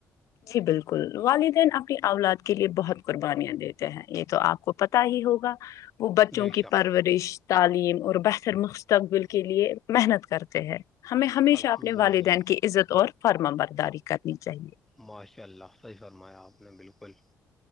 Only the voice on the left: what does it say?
جی بالکل والدین اپنی اولاد کے لیے بہت قربانیاں دیتے ہیں یہ تو آپ کو پ ہی ہوگا وہ بچوں
کی
پرورش تعلیم اور بہتر مستقبل کے لیے محنت کرتے ہیں ہمیں ہمیشہ
اپنے والدین
کی عزت اور فرما برداری کرنی چاہیے